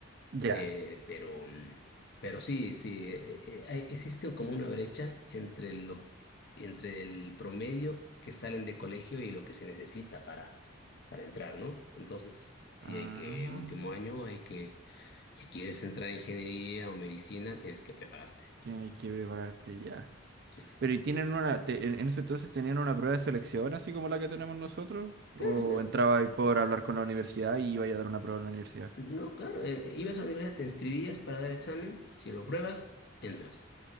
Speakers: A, on the right (about 50°); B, on the left (about 50°).
A: Ya.
B: Eh, pero, mm, pero sí, sí, eh, eh, hay- existe como una brecha entre lo, entre el promedio que salen de colegio y lo que se necesita para, para entrar, ¿no? Entonces, sí
A: Ah,
B: hay que, el último año hay que, si quieres entrar en ingeniería o medicina, tienes que prepararte.
A: tienes que prepararte ya.
B: Sí.
A: Pero y tienen una, te- en en ese entonces tenían una prueba de selección así como la que tenemos nosotros,
B: Claro,
A: o
B: es no,
A: entraba ahí por hablar con la universidad y iba a dar una prueba en la universidad.
B: no, claro, eh, ibas a la universidad, te inscribías para dar examen, si lo pruebas, entras,